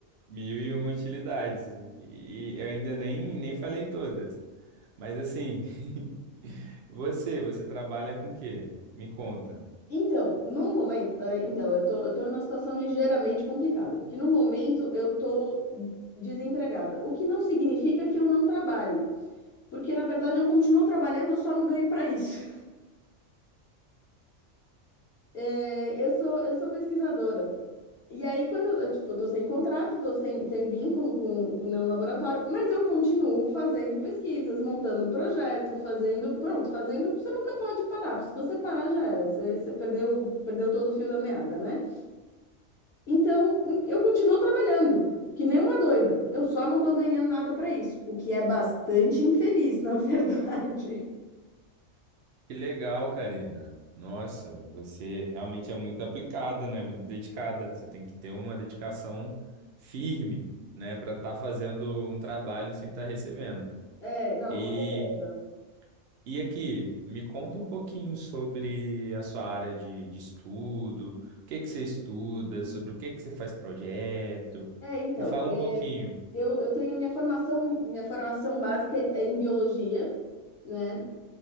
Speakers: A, on the right; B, on the left.
A: Mil e uma utilidades. E eu ainda nem, nem falei todas. Mas assim, <laughs> você, você trabalha com o quê? Me conta.
B: Então, no momento, é, então, eu tô, eu tô numa situação ligeiramente complicada, porque no momento eu tô desempregada, o que não significa que eu não trabalhe, porque na verdade eu continuo trabalhando, eu só não ganho para isso. <laughs> É, eu sou, eu sou pesquisadora. E aí, quando eu, tipo, eu tô sem contrato, tô sem, sem vínculo com, com nenhum laboratório, mas eu continuo fazendo pesquisas, montando projeto, fazendo, pronto, fazendo, você nunca pode parar, porque se você parar já era, você, você perdeu, perdeu todo o fio da meada, né? Então, em- eu continuo trabalhando, que nem uma doida, eu só não tô ganhando nada pra isso, o que é bastante infeliz, na verdade. <laughs>
A: Que legal, Karina. Nossa, você realmente é muito aplicada, né? Muito dedicada. Você tem que ter uma dedicação firme, né, para estar fazendo um trabalho sem estar recebendo.
B: É, não,
A: E,
B: com certeza.
A: e aqui, me conta um pouquinho sobre a sua área de, de estudo, o que que você estuda, sobre o que que você faz projeto.
B: É, então,
A: Me fala
B: é,
A: um pouquinho.
B: eu, eu tenho minha formação, minha formação básica é é em biologia, né?